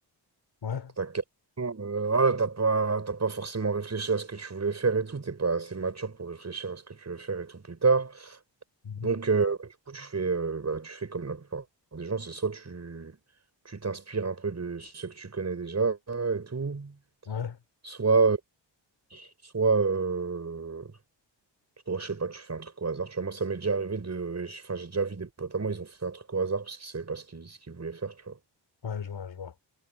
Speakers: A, on the left; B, on the right.
A: Ouais.
B: T'as quinze ans, euh, voilà, t'as pas, t'as pas forcément réfléchi à ce que tu voulais faire et tout. T'es pas assez mature pour réfléchir à ce que tu veux faire et tout plus tard.
A: Mhm.
B: Donc, euh, bah, du coup, tu fais, euh, bah, tu fais comme la plupart des gens, c'est soit tu tu t'inspires un peu de ce que tu connais déjà et tout,
A: Ouais.
B: soit, euh, soit, euh, soit, je sais pas, tu fais un truc au hasard. Tu vois, moi, ça m'est déjà arrivé de. Enfin, j'ai déjà vu des potes à moi, ils ont fait un truc au hasard parce qu'ils savaient pas ce qu'ils ce qu'ils voulaient faire, tu vois.
A: Ouais, je vois, je vois.